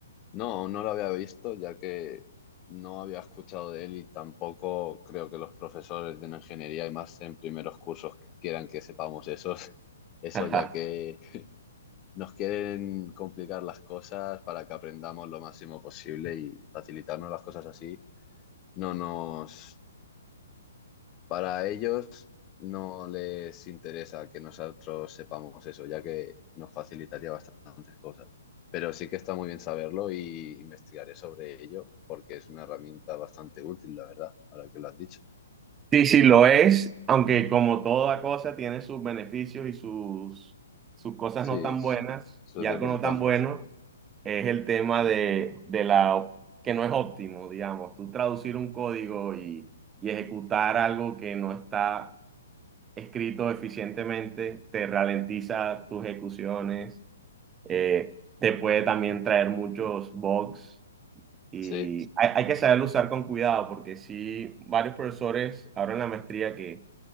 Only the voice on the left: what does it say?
No, no lo había visto, ya que no había escuchado de él y tampoco creo que los profesores de una ingeniería y más en primeros cursos quieran que sepamos eso, <laughs> eso
ya que nos quieren complicar las cosas para que aprendamos lo máximo posible y facilitarnos las cosas así. No nos, para ellos no les interesa que nosotros sepamos eso, ya que nos facilitaría bastantes cosas. Pero sí que está muy bien saberlo y investigaré sobre ello, porque es una herramienta bastante útil, la verdad, ahora que lo has dicho.
Sí,
sus
desventajas.
Sí,